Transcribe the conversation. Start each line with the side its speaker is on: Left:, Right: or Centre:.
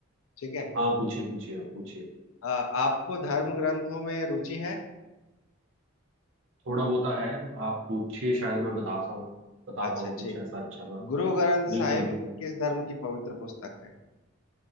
Left: ठीक है
Right: हाँ पूछिए पूछिए आप पूछिए
Left: अ, आपको धर्म ग्रंथों में रुचि है
Right: थोड़ा बहुत है आप पूछिए शायद मैं बता साऊं बता
Left: अच्छा
Right: पाऊँ कुछ
Left: ठीक
Right: ऐसा अच्छा सा
Left: गुरु ग्रंथ
Right: बिल्कुल
Left: साहिब
Right: बिल्कुल
Left: किस धर्म की पवित्र पुस्तक है